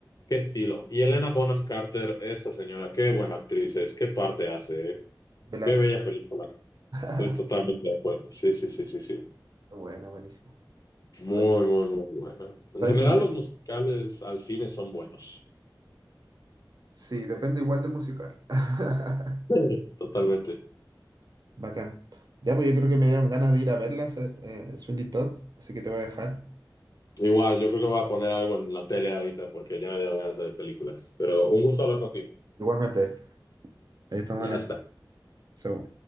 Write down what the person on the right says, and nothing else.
Velatrix.
<laughs>
bueno buenísima.
Oye,
¿Sabes
qué me
Sí, depende igual de musical. <laughs>
Bacán. Ya, pues yo creo que me dieron ganas de ir a verlas, eh, eh, Sweeney Todd, así que te voy a dejar.
Igualmente. Ahí estamos
hablando.
Chao.